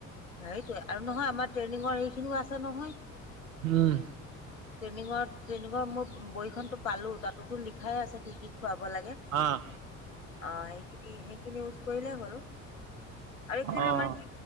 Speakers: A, on the left; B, on the right.
A: সেইটোৱে আৰু নহয় আমাৰ ট্ৰেইনিঙৰ সেইখিনিও আছে নহয়
B: উম,
A: ট্ৰেইনিঙৰ ট্ৰেইনিঙৰ মোৰ বহীনতো পালো। তাতোতো ল খাই আছে কি কি খুৱাব লাগে।
B: আহ
A: অ সেইখিনি সেইখিনি ইউজ কৰিলে হ'ল। আৰু একচলি
B: অ'
A: আমাৰ কি